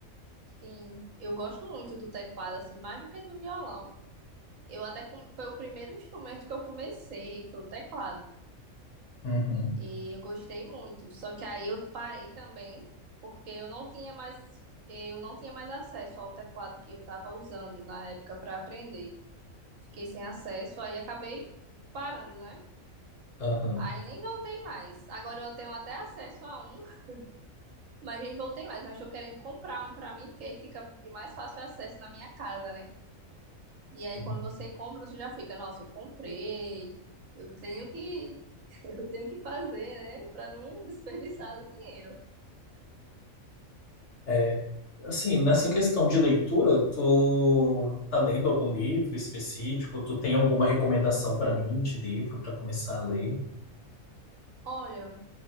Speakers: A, on the right; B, on the left.
A: Sim, eu gosto muito do teclado, assim, mais do que do violão. Eu até com- foi o primeiro instrumento que eu comecei, foi o teclado.
B: Uhum,
A: E eu gostei muito. Só que aí eu parei também, porque eu não tinha mais, eu não tinha mais acesso ao teclado que eu estava usando na época para aprender. Fiquei sem acesso, aí acabei parando, né?
B: aham,
A: Aí nem voltei mais. Agora eu tenho até acesso a um, <laughs> mas nem voltei mais. Mas estou querendo comprar um para mim, porque aí fica de mais fácil acesso na minha casa, né? E aí
B: sim.
A: quando você compra, você já fica, nossa, eu comprei. Eu tenho que, <laughs> eu tenho que fazer, né? Para não desperdiçar ali dinheiro.
B: É, assim, nessa questão de leitura, tu tá lendo algum livro específico? Tu tem alguma recomendação para mim de livro para começar a ler?
A: Olha,